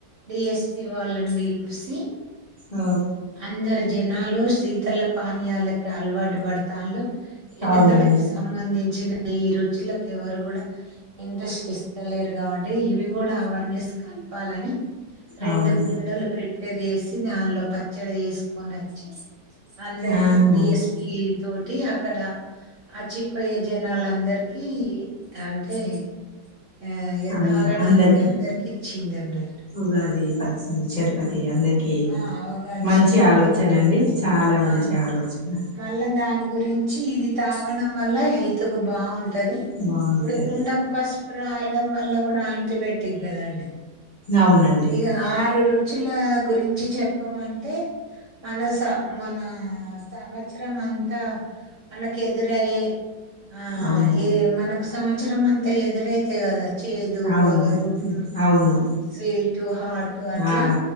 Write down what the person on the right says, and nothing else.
డిఎస్పి వాళ్ళని పిలిసి
అందరి జనాలు శీతల పానీయాలకి అలవాటు పడతలు వెనకటికి
సంబంధించిన ఈ రూచులకి ఎవరు కూడా ఇంట్రెస్ట్ ఇస్తలేరు కాబట్టి ఇవి కూడా అవర్నెస్ కాల్ పాలని రెండు
కుండలు ప్రి ప్యరిస్ దానిలో పచ్చడి వేసు చ్చి అందరికి
డిఎస్పి తోటి అక్కడ అచిపోయే జనాలుందరిక అంటే ఆ ఇగ
తాగడానికి
ఇచ్చింది అన్నట్టు
ఆ అవగాది
షర్బతి
ఆ
మళ్ళా దాని గురించి ఇది తాగడం వల్ల హెల్త్ కు బాగుంటుంది ది
ఇప్పుడు కుండకు పసుపు రాయడం వల్ల కూడా ఆటోమేటిక్ కదా అండి
ఇగా ఆర్ రు చుల్ల గురించి చెప్పమంటే మల్లా స మన సంవత్సరం అంతా మల్లాక్ ఎదురయే ఆ
ఏ మనక్ సంవ్ చ్ఛరం అంత ఎదురైతే కదా చేదు
వగరు పులుపు
స్వీటు హాటు అట్లా